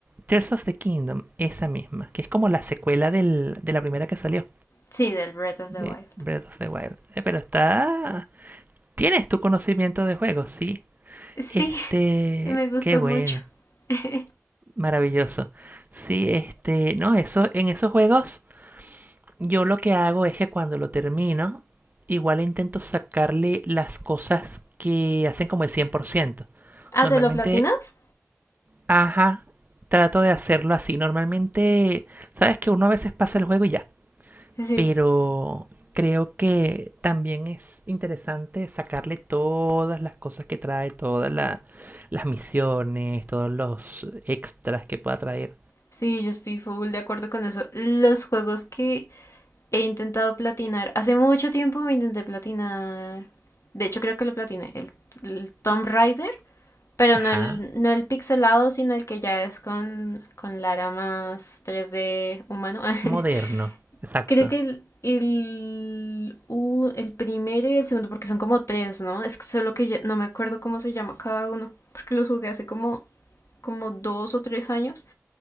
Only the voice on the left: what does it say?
Sí, del Breath of
the Wild.
Sí, <laughs> me gustan
mucho. <laughs>
ah,
¿te lo platinas?
Sí.
Sí, yo estoy full de acuerdo con eso. Los juegos que He intentado platinar. Hace mucho tiempo me intenté platinar. De hecho, creo que lo platiné. El, el Tomb Raider. Pero
no el, no el pixelado, sino el que ya es con, con Lara más 3D humano. <laughs>
creo que el, el, u- el primero y el segundo, porque son como tres, ¿no? Es solo que ya- no me acuerdo cómo se llama cada uno. Porque los jugué hace como, como dos o tres años.